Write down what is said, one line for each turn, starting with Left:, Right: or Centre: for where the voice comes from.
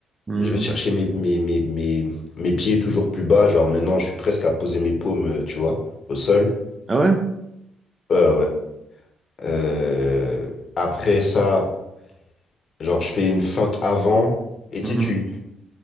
Right: Hmm.
Left: je vais chercher mes, mes, mes, mes, mes pieds toujours plus bas. Genre maintenant, je suis presque à poser mes paumes, euh, tu vois, au sol.
Right: Ah ouais?
Left: Ouais, ouais. ouais. Euh, après ça. Genre, je fais une feinte avant, et
Right: Mhm.
Left: tu sais, tu,